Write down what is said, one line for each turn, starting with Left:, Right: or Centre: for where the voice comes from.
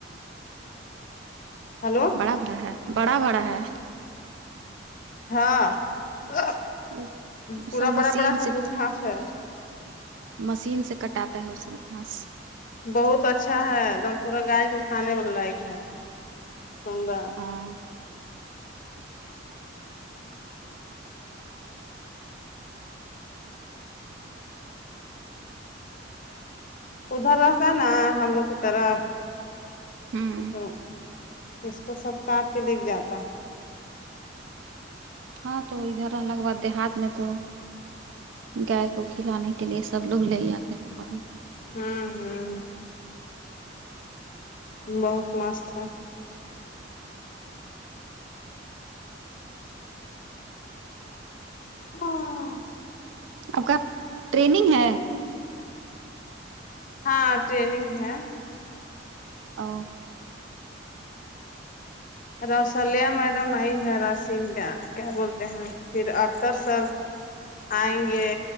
Left: ہیلو
Right: بڑا بڑا ہے بڑا بڑا ہے
Left: ہاں ہ
Right: وہ
Left: پورا
Right: سب
Left: بڑا
Right: مشین
Left: بڑا ہے
Right: سے
Left: دب گھاس ہے
Right: مشین سے کٹاتا ہے وہ سب گاس
Left: بہت اچھا ہے ایک دم پورا گائے کو کھانے والا لائق ہے سندر
Right: ہاں
Left: ادھر رہتا نا ہم لوگ کے طرف
Right: ہوں
Left: تو اس کو سب کاٹ کے دگ جاتا
Right: ہاں تو ادھر رہلا کے بعد دیہات میں تو گائے کو کھلانے کے لیے سب لوگ لے جاتے ہیں پ
Left: ہم ہم بہت مست ہے ہاں
Right: آپ کا ٹریننگ ہے
Left: ہاں ٹریننگ ہے
Right: ا
Left: رسلیا میڈم آئی ہے راسل کیا بولتے ہیں پھر اکتر سر آئنگے